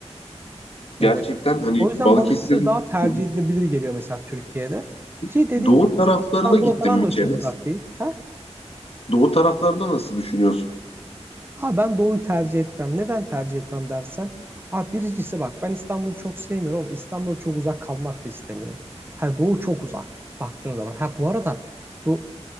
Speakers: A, on the left; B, on the right.
A: Gerçekten
B: E,
A: hani
B: o yüzden
A: Balıkesir'in
B: Balıkesir daha tercih
A: Hı
B: edilebilir geliyor mesela Türkiye'de.
A: hı.
B: Ki dediğin
A: doğu
B: gibi
A: taraflarına
B: İstanbul'a
A: gittim
B: falan
A: mi
B: da
A: Çenes?
B: çok uzak değil. Ha?
A: Doğu taraflarında nasıl düşünüyorsun?
B: Abi ben doğuyu tercih etmem. Neden tercih etmem dersen. ah birincisi bak ben İstanbul'u çok sevmiyorum ama İstanbul'a çok uzak kalmak da istemiyorum. Ha doğu çok uzak baktığın zaman. Ha bu arada do